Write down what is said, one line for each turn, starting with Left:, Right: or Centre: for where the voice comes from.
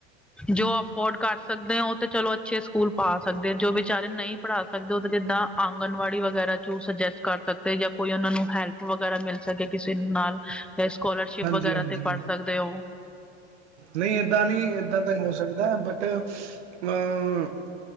Centre: ਜੋ ਅਫੋਰਡ ਕਰ ਸਕਦੇ ਆ, ਉਹ ਤਾਂ ਚਲੋ ਅੱਛੇ ਸਕੂਲ ਪਾ ਸਕਦੇ ਆ ਜੋ ਵਿਚਾਰੇ ਨਹੀਂ ਪੜ੍ਹਾ ਸਕਦੇ ਹੋ ਤੇ ਜਿੱਦਾਂ ਆਂਗਣਵਾੜੀ ਵਗੈਰਾ 'ਚ ਸੁਜੈਸਟ ਕਰ ਸਕਦੇ ਯਾ ਕੋਈ ਉਹਨਾਂ ਨੂੰ ਹੈਲਪ ਵਗੈਰਾ ਮਿਲ ਸਕੇ ਕਿਸੇ ਨਾਲ, ਤੇ ਸਕੋਲਰਸ਼ਿਪ
Right: ਹਾਂਜੀ
Centre: ਵਗੈਰਾ
Right: ਹਾਂਜੀ
Centre: ਤੇ ਪੜ ਸਕਦੇ ਓ।
Right: ਨਹੀਂ ਏਦਾਂ- ਨਹੀਂ ਏਦਾਂ, ਤਾਂ ਹੀ ਹੋ ਸਕਦਾ ਬਟ ਅ-ਮ